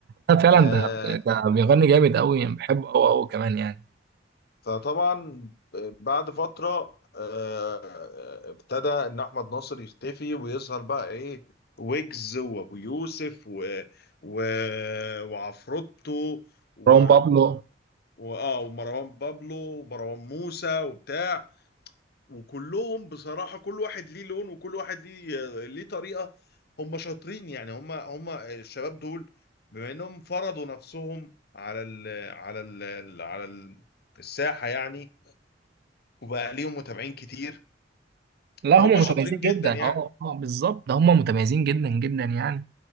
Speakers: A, on the right; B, on the left.
A: لا، فعلا
B: آه
A: ده ده بيغني جامد أوي يعني بحبه أوي أوي كمان يعني
B: فطبعا بعد فترة آه، ابتدى ان احمد ناصر يختفي ويظهر بقى ايه ويجز وابو يوسف و... و... وعفروتو و...
A: مروان بابلو
B: واه ومروان بابلو ومروان موسى وبتاع وكلهم بصراحة كل واحد ليه لون وكل واحد ليه ليه طريقة هم شاطرين يعني هم هم الشباب دول بما انهم فرضوا نفسهم على ال على ال على ال- الساحة يعني وبقى ليهم متابعين كتير
A: لا
B: فهم
A: هم متميزين
B: شاطرين جدا
A: جدا
B: يعني
A: أه أه بالظبط ده هم متميزين جدا جدا يعني